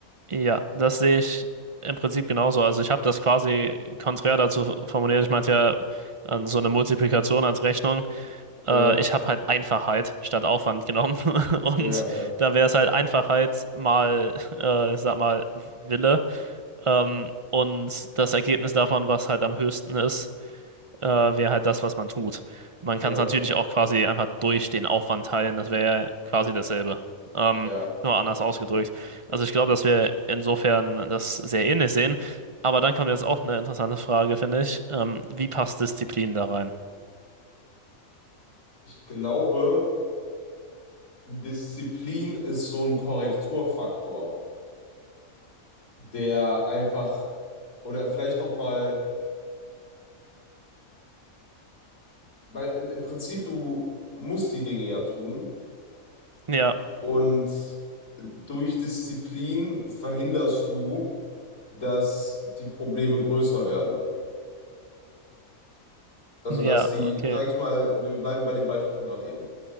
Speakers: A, on the right; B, on the left.
A: Ja, das sehe ich im Prinzip genauso. Also ich habe das quasi konträr dazu formuliert. Ich meinte ja ähm, so eine Multiplikation als Rechnung.
B: Ja,
A: Äh, ich habe halt Einfachheit statt Aufwand genommen. <laughs> Und
B: ja, ja,
A: da wäre es halt Einfachheit mal, äh, ich sag mal, Wille. Ähm, und das Ergebnis davon, was halt am höchsten ist äh, wäre halt das, was man tut. Man
B: ja,
A: kann es natürlich auch quasi einfach durch den Aufwand teilen, das wäre ja quasi dasselbe. Ähm,
B: ja.
A: nur anders ausgedrückt. Also ich glaube, dass wir insofern das sehr ähnlich sehen. Aber dann kommt jetzt auch eine interessante Frage, finde ich. Ähm, wie passt Disziplin da rein?
B: Ich glaube. Disziplin ist so ein Korrekturfaktor, der einfach, oder vielleicht nochmal, weil im, im Prinzip du musst die Dinge ja tun
A: Ja,
B: und durch Disziplin verhinderst du, dass die Probleme größer werden. Also,
A: ja,
B: dass die,
A: okay.
B: sag ich mal, wir bleiben bei dem Beispiel von gerade eben,